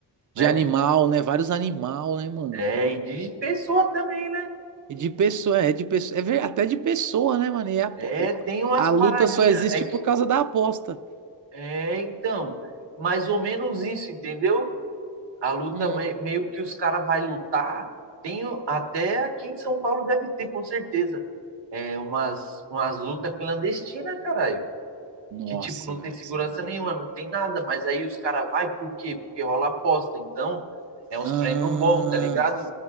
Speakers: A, on the right (about 45°); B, on the right (about 75°).
A: De
B: né?
A: animal, né? Vários animal, né, mano?
B: É, e de pessoa também, né?
A: E de pessoa, é de pessoa, é ver- até de pessoa, né, mano? E a, po-
B: É, tem umas
A: a luta
B: paradinhas.
A: só existe
B: É que,
A: por causa da aposta.
B: é, então, mais ou menos isso, entendeu? A luta,
A: Hum.
B: meio que os caras vai lutar, tem até aqui em São Paulo deve ter, com certeza. É umas, umas lutas clandestinas, caralho.
A: Nossa,
B: Que, tipo, não
A: velho,
B: tem segurança
A: você é louco.
B: nenhuma, não tem nada, mas aí os caras vai por quê? Porque rola aposta. Então, é uns
A: Ah,
B: prêmios bons, tá ligado?